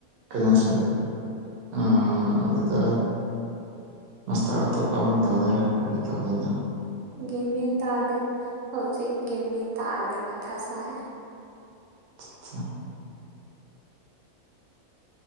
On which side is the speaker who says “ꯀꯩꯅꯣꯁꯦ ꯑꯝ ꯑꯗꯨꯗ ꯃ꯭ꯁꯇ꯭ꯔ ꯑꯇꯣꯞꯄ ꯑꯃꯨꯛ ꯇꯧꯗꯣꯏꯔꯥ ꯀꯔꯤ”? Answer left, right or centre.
Right